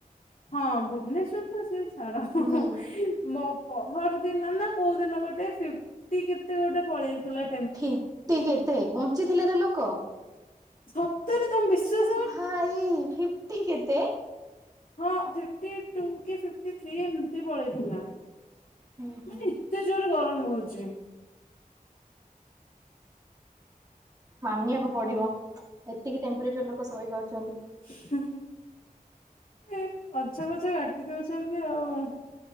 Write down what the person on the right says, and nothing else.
ହୁଁ
ଫିଫ୍ଟି କେତେ ବଞ୍ଚିଥିଲେ ତ ଲୋକ?
ଭାଇ ଫିଫ୍ଟୀ କେତେ?
ହୁଁ ହୁଁ
ମାନିଆକୁ ପଡିବ
ଏତିକି ଟେମ୍ପରେଚର ଲୋକ ସହିପାରୁଚନ୍ତି।